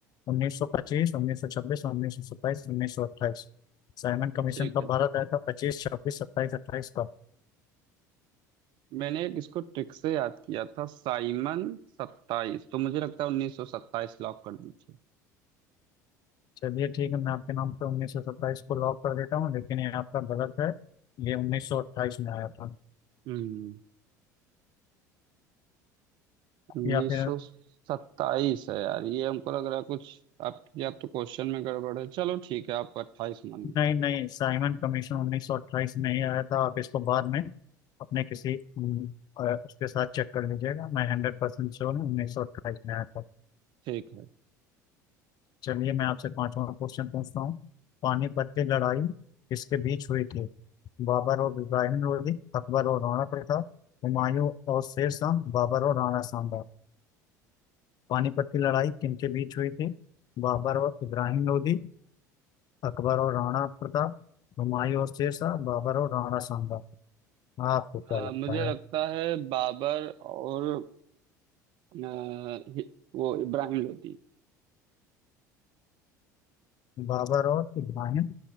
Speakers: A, on the left; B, on the right.
A: 1925 1926 1927 1928 साइमन कमीशन
B: ठीक
A: कब
B: है
A: भारत आया था 25 26 27 28 कब
B: मैंने एक इसको ट्रिक से याद किया था साइमन सत्ताईस तो मुझे लगता है उन्नीस सौ सत्ताईस लॉक कर दीजिए
A: चलिए ठीक है मैं आपके नाम पे 1927 को लॉक कर देता हूँ लेकिन ये आपका गलत है ये 1928 में आया था
B: हम्म उन्नीस
A: या फिर
B: सौ सत्ताईस है यार ये हमको लग रहा है कुछ आपकी आप या तो क्वेश्चन में गड़बड़ है चलो ठीक है आप अट्ठाईस मानिए
A: नहीं नहीं साइमन कमीशन 1928 में ही आया था आप इसको बाद में अपने किसी हम्म, अ, उसके साथ चेक कर लीजिएगा मैं हंड्रेड परसेंट श्योर हूँ 1928 में आया था
B: ठीक है
A: चलिए मैं आपसे पांचवा क्वेश्चन पूछता हूँ पानीपत की लड़ाई किसके बीच हुई थी बाबर और इब्राहिम लोधी अकबर और राणा प्रताप हुमायूं और शेर शाह बाबर और राणा सांबा पानीपत की लड़ाई किनके बीच हुई थी बाबर और इब्राहिम लोधी अकबर और राणा प्रताप हुमायूं और शेर शाह बाबर और राणा सांबा आपको क्या
B: अ,
A: लगता
B: मुझे
A: है
B: लगता है बाबर और अ, हि- वो इब्राहिम लोदी
A: बाबर और इब्राहिम